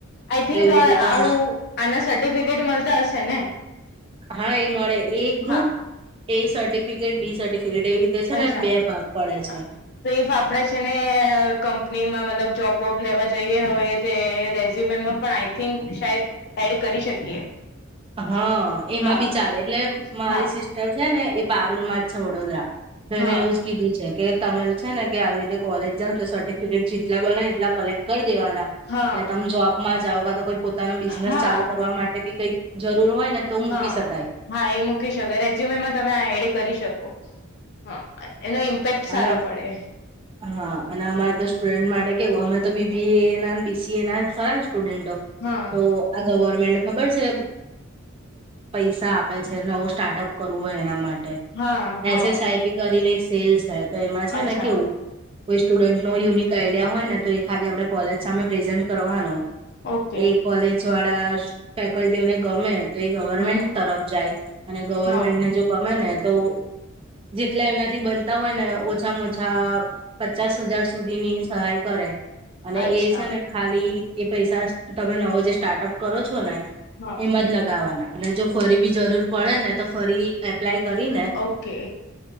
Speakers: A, on the left (about 55°); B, on the right (about 25°).
A: આઈ
B: તો
A: થિંક
B: એવી
A: અ
B: રીતે તમા
A: આવું આના સર્ટિફિકેટ મળતા હશે ને.
B: હા એ મળે એ group,
A: હા
B: A certificate B certificate એવી રીતે તે છે ને
A: અચ્છા
B: બે ભાગ પડે છે.
A: હા તો ઈફ આપડે છે ને, કંપનીમાં મતલબ જોબ વોબ લેવા જઈએ હોય તે, રેઝયુમે પણ આઈ થિંક શાયદ એડ કરી શકીએ.
B: હા, એમાં
A: હા
B: બી ચાલે એટલે મારી
A: હા
B: સિસ્ટર છે ને એ પારૂલ માં જ છે વડોદરા. તો
A: હા
B: એને એવું જ કીધું છે કે, તમે છે ને કે, આવી રીતે કોલેજ જાાવને તો, સર્ટિફિકેટ જેટલા બને એટલા કલેક્ટ કરી દેવાના.
A: હા
B: એલે તમે જોબમાં જઓા તો કોઈ પોતાનો બિઝનેસ
A: હા
B: ચાલુ કરવા માટે બી કઈક જરૂર હોય. તો મૂકી
A: હા.
B: શકાય
A: હા, એ મૂકી શકે, રેઝ્યુમમાં તમે આ એડ કરી શકો હ એનો. પેટ સારો
B: અને
A: પડે.
B: હા, અને અમારે તો સ્ટુડન્ટ માટે કેવું, અમે તો બીબી એ ના, બીસી એ ના ખરા સ્ટુડન્ટો.
A: હા
B: તો આ ગવર્મેન્ટ ખબર છે. પૈસા આપે છે, નવો સ્ટાર્ટઅપ કરવું હોય, એના માટે.
A: હા હા
B: એસ. એસ, આઈપી કરીને એક સેલસ છે, તો એમાં છે
A: અચ્છા
B: ને કેવું કોઈ સ્ટુડન્ટ નો યુનિક આઈડિયા હોય ને, તો એ ખાલી આપડણે કોલેજ સામે પ્રેઝન્ટ કરવાનો.
A: ઓકે
B: એ કોલેજ વાળા ફેકલ્ટીઓને ગમે. તો એ ગવર્મેન્ટ
A: હમ
B: તરફ જાય, અને ગવર્મેન્ટને
A: હા
B: જો ગમે ને તો જેટલા એમનાથી બન <unintelligible> હોય ને, ઓછામાં-ઓછા પચાસ હજાર સુધી ની સહાય કરે. અને
A: અચ્છા
B: એ છે ને, ખાલી એ પૈસા તમે નવો જે સ્ટાર્ટઅપ કરો છો ને.
A: હા.
B: એમ જ લગાવવાના, અને જો ફરી બી જરૂર પડે ને, તો ફરી એપ્લાય કરીને.
A: ઓકે.